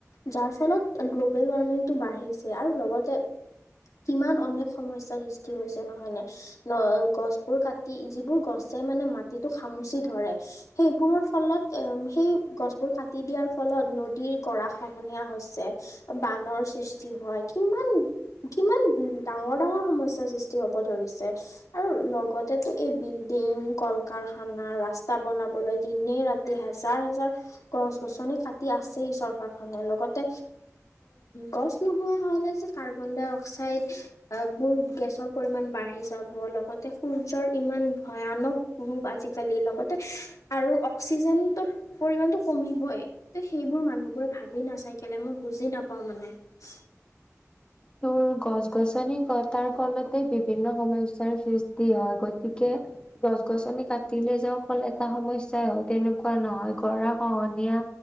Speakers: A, on the left; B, on the left.
A: যাৰ ফলত গ্ল'বেল ৱাৰ্মিং টো বাঢ়ি গৈছে আৰু লগতে কিমান অনেক সমস্যাৰ সৃষ্টি হৈছে নহয় নে ন' গছবোৰ কাটি যিবোৰ গছ যে মানে মাটিটো সামুচি ধৰে সেইবোৰৰ ফলত এম সেই গছবোৰ কাটি দিয়াৰ ফলত নদীৰ গৰা খহনীয়া হৈছে এ বানৰ সৃষ্টি হয় কিমান-কিমান ডাঙৰ-ডাঙৰ সমস্যাৰ সৃষ্টি হব ধৰিছে আৰু ল লগতেটো এই বিল্ডিং, কল-কাৰখানা ৰাস্তা বনাবলৈ দিনে ৰাতি হে জাৰ-হেজাৰ গছ-গছনি কাটি আছেই চৰকাৰখনে লগতে গছ <unintelligible> কাৰ্বন ডাই অক্সাইড এ <unintelligible> গেছৰ পৰিমাণ বাঢ়ি যাব লগত সূৰ্যৰ ইমান ভয়ানক ৰূপ আজিকালি লগতে আৰু অক্সিজেন ত পৰিমাণটো কমিবই তে সেইবোৰ মানুহবোৰে ভাবি নাচাই কেলে মই বুজি নাপাওঁ মানে <unintelligible>
B: তো গছ গছনি কটাৰ ফলতে বিভিন্ন সমস্যাৰ সৃষ্টি হয় গতিকে গছ গছনি কাটিল যে অকল এটা সমস্যাই হয় তেনেকুৱা নহয় গৰা খহনীয়া